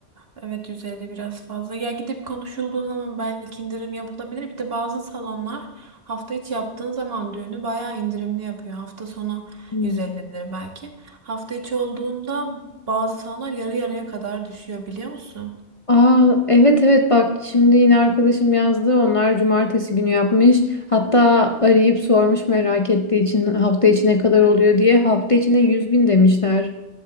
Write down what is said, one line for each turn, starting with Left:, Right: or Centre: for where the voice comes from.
Right: e, evet 150 biraz fazla. Ya gidip konuşulduğu zaman belki indirim yapılabilir. Bir de bazı salonlar hafta içi yaptığın zaman düğünü bayağı indirimli yapıyor. Hafta sonu
Left: Hmm.
Right: 150'dir belki. Hafta içi olduğunda bazı salonlar yarı yarıya kadar düşüyor biliyor musun?
Left: Aa evet evet bak şimdi yine arkadaşım yazdı onlar cumartesi günü yapmış hatta arayıp sormuş merak ettiği için hafta içi ne kadar oluyor diye hafta içine 100 bin demişler.